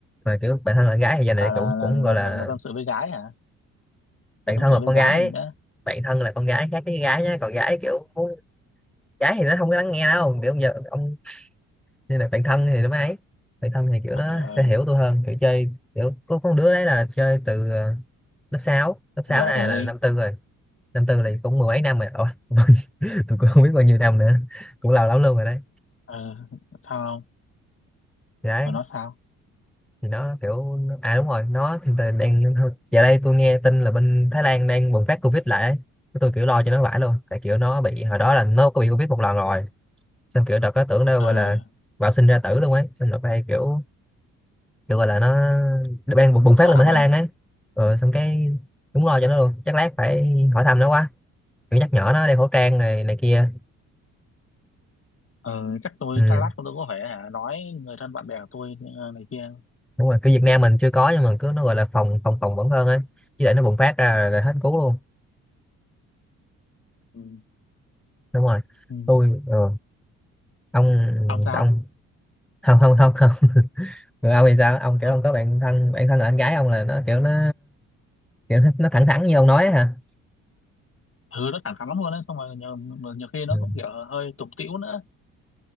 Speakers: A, in the centre; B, on the left (about 35°).
A: mà kiểu bạn thân là con gái thì giờ này
B: à
A: cũng
B: là là,
A: cũng
B: là
A: gọi là
B: là là tâm sự với gái hả
A: bạn
B: là tâm
A: thân
B: sự
A: là
B: với
A: con
B: gái
A: gái
B: còn gì nữa
A: bạn thân là con gái khác với gái nhé còn gái kiểu muốn- gái thì nó không có lắng nghe đâu kiểu giờ ông nên là bạn thân thì nó mới ấy bạn thân thì kiểu
B: ờ
A: nó
B: ờ
A: sẽ hiểu tôi hơn kiểu chơi kiểu có con đứa đấy là chơi từ ờ, lớp sáu lớp sáu
B: không gạt
A: này
B: rồi
A: là
B: đi.
A: năm tư rồi năm tư là cũng mười mấy năm rồi Ủa, <laughs> tôi cũng không biết bao nhiêu năm nữa cũng lâu lắm luôn rồi đấy
B: ờ sao không
A: thì đấy
B: rồi nó sao
A: thì nó kiểu nó- à đúng rồi nó thì tại đang giờ đây tôi nghe tin là bên Thái Lan đang bùng phát Covid lại ấy. Cái tôi kiểu lo cho nó vãi luôn tại kiểu nó bị hồi đó là nó có bị Covid một lần rồi xong kiểu đợt có tưởng đâu
B: ờ
A: gọi là bạo sinh ra tử luôn ấy xong đợt đây kiểu được gọi là nó đang bùng bùng
B: xạ
A: phát lên ở Thái
B: mày
A: Lan ấy ờ, xong cái đúng lo cho nó luôn chắc lát phải hỏi thăm nó quá kiểu nhắc nhở nó đeo khẩu trang này này kia
B: ờ chắc tôi
A: ừ
B: chắc lát tôi có phải hả nói người thân bạn bè của tôi ờ, này kia
A: đúng rồi cứ Việt Nam mình chưa có nhưng mà cứ nó gọi là phòng phòng phòng vẫn hơn ấy chứ để nó bùng phát ra là hết cứu luôn
B: ừ.
A: đúng rồi
B: ừ.
A: tôi ờ, ông
B: ông sao
A: sao ông không không không không <laughs> Rồi ông thì sao ông kiểu
B: Ờ,
A: ông có bạn thân bạn thân là anh gái ông là nó kiểu nó kiểu nó, nó thẳng thắn như ông nói ấy, hả
B: thứ nó thẳng thắn lắm luôn đấy xong rồi nhiều, nhiều khi nó
A: ừ.
B: cũng kiểu hơi tục tĩu nữa